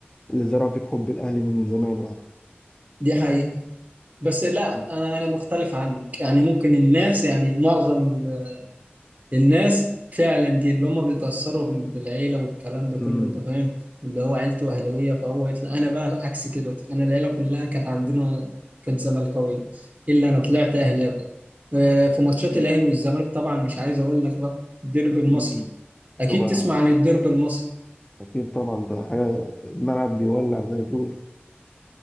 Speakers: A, on the left; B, on the right.
A: اللي زرعوا فيك حب الأهلي من زمان يعني
B: دي حقيقة بس لا
A: مم.
B: انا انا مختلف عنك يعني ممكن الناس يعني معظم ال- الناس فعلا دي اللي هم بيتاثروا بالعيله والكلام ده كله
A: أمم.
B: انت فاهم اللي هو عيلته اهلاويه فهو يطلع انا بقى عكس كده انا العيله كلها كانت عندنا كانت زملكاويه الا انا طلعت اهلاوي آه، في ماتشات
A: مم.
B: الاهلي والزمالك طبعا مش عايز اقول لك بقى الديربي المصري
A: أمم.
B: اكيد
A: طبعا
B: تسمع عن الديربي المصري
A: أكيد طبعا ده حاجة الملعب بيولع زي ما بيقولوا